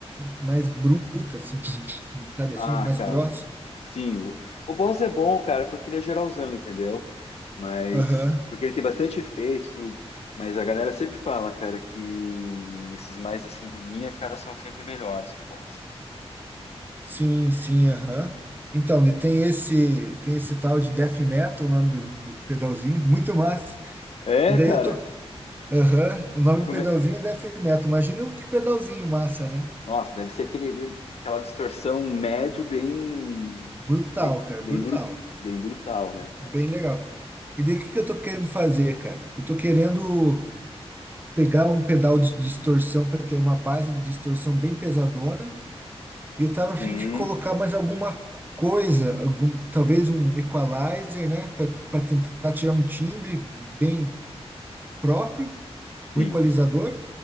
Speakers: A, on the right (about 20°); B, on the left (about 75°).
A: mais bruta, assim, tum, tum, tum, sabe
B: Ah,
A: assim, mais
B: cara,
A: grosso.
B: sim, o, o boss é bom, cara, porque ele é geralzão, entendeu? Mas,
A: Aham.
B: porque ele tem bastante efeitos, tudo. Mas a galera sempre fala, cara, que esses mais assim de linha, cara, são sempre melhores que o boss.
A: Sim, sim, aham. Então, né, tem esse, tem esse tal de Death Metal, o nome do, do pedalzinho, muito massa.
B: É,
A: E daí
B: cara.
A: eu tô. Aham, o nome
B: E
A: do
B: como
A: pedalzinho
B: é-
A: é Death Metal. Imagina que pedalzinho massa, né?
B: Nossa, deve ser aquele, aquela distorção médio bem,
A: Brutal,
B: bem,
A: cara,
B: bem,
A: brutal.
B: bru- bem brutal, né, cara?
A: Bem legal. E daí o que que eu tô querendo fazer, cara? Eu tô querendo. pegar um pedal de distorção para ter uma base de distorção bem pesadona. E eu tava
B: Uhum,
A: a fim de colocar mais alguma coisa, algum, talvez um equalizer, né, para tentar tirar um timbre bem próprio,
B: sim.
A: um equalizador